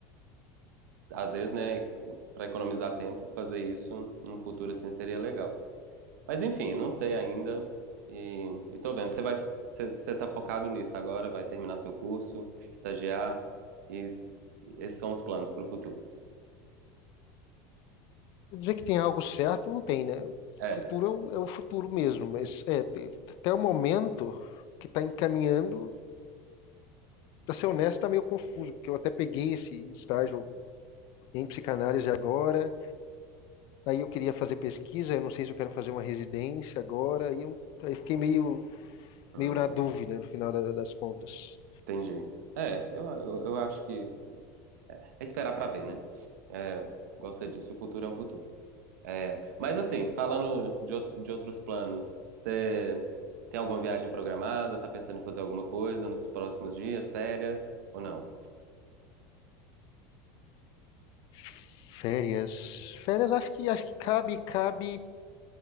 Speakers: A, on the right; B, on the left.
A: às vezes, né, para economizar tempo, fazer isso num futuro assim seria legal. Mas enfim, não sei ainda e, e tô vendo. Você vai, você, você tá focado nisso agora, vai terminar seu curso, estagiar e es- esses são os planos para o futuro.
B: dizer que tem algo certo, não tem, né? O
A: É,
B: futuro é o, é o futuro mesmo, mas é, te- até o momento que está encaminhando, para ser honesto, está meio confuso, porque eu até peguei esse estágio em psicanálise agora, aí eu queria fazer pesquisa, eu não sei se eu quero fazer uma residência agora, aí, eu, aí fiquei meio,
A: hum,
B: meio na dúvida no final da- das contas.
A: entendi. É, eu, eu, eu acho que é esperar para ver, né? É, igual você disse, o futuro é o futuro. É, mas assim, falando de, out- de outros planos, você tem alguma viagem programada? Tá pensando em fazer alguma coisa nos próximos dias, férias ou não?
B: Férias. Férias acho que acho que cabe, cabe